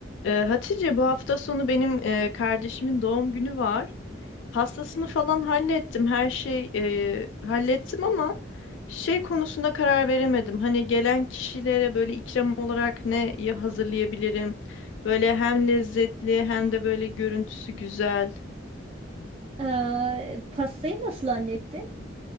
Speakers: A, on the left; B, on the right.
A: Ee, Hatice bu hafta sonu benim e, kardeşimin doğum günü var. Pastasını falan hallettim. Her şey e, hallettim ama şey konusunda karar veremedim. Hani gelen kişilere böyle ikram olarak ne ya- hazırlayabilirim? Böyle hem lezzetli hem de böyle görüntüsü güzel.
B: Ee, pastayı nasıl hallettin?